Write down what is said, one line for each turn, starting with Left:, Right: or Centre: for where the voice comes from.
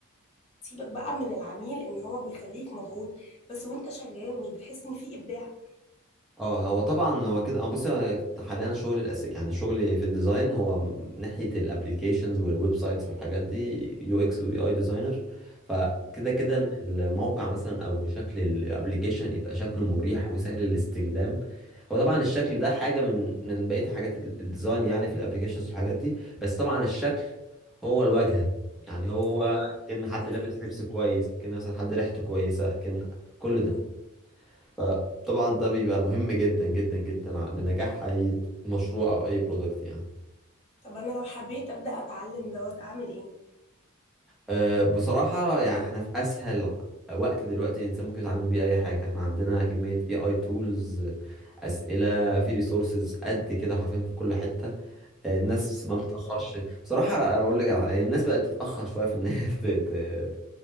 Left: سيبك بقى من العميل ان هو بيخليك مضغوط بس وانت شغال مش بتحس ان في ابداع
Centre: اه هو طبعا هو كده أنا بص أنا حاليا شغل الاساسي يعني شغلي في الديزاين هو م- ناحيه الابليكيشنز والويب سايتس والحاجات دي يو اكس ويو اي ديزاينر فكده كده
Left: آه،
Centre: إن الموقع مثلا او شكل الابليكيشن يبقى شكله مريح وسهل الاستخدام هو طبعا الشكل ده حاجه من من بقيه حاجات ال- الديزاين يعني في الابليكيشنز والحاجات دي بس طبعا الشكل هو الواجهه يعني هو
Left: ايوه
Centre: كان حد
Left: بيفرق
Centre: لابس
Left: كتير
Centre: لبس كويس كان مثلا حد ريحته كويسه كان كل
Left: مظبوط.
Centre: ده فطبعا ده بيبقى مهم جدا جدا جدا ع- لنجاح اي مشروع او اي برودكت يعني
Left: طب انا لو حبيت ابدا اتعلم دوت اعمل ايه
Centre: أه بصراحة يعني احنا في اسهل وقت دلوقتي الانسان ممكن يتعلم بيه اي حاجة احنا عندنا كمية اي اي تولز اسئلة في ريسورسز قد كده حرفيا في كل حتة أه الناس ما
Left: حلو
Centre: بتتأخرش
Left: جدا
Centre: بصراحة لا، انا اقول لك على حاجة، الناس بقت تتأخر شوية في ان هي <laughs> ت- ت-